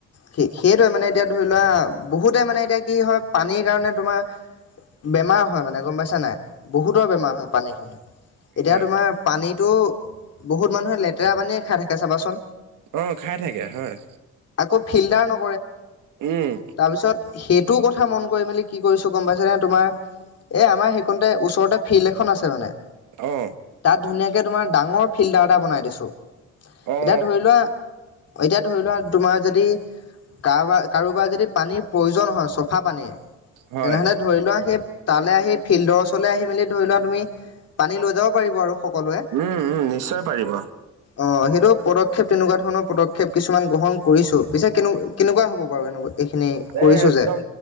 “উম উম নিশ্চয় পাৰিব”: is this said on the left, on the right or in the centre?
Right